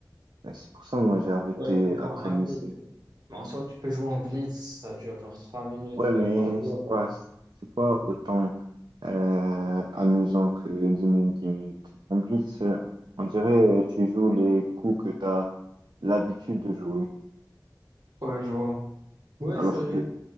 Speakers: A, on the right; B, on the right.
A: ouais, C'est pour ça moi j'ai arrêté
B: Ouais, souvent
A: après
B: rapide.
A: le lycée.
B: Mais en soi, tu peux jouer en blitz, ça dure genre 3 minutes
A: Ouais, mais
B: euh, par joueur.
A: c'est pas, c'est pas autant euh, amusant que 10 minutes, 10 minutes. En plus, euh, on dirait euh, tu joues les coups que tu as l'habitude de jouer.
B: Ouais, je vois. Ouais,
A: Alors
B: c'est vrai.
A: que,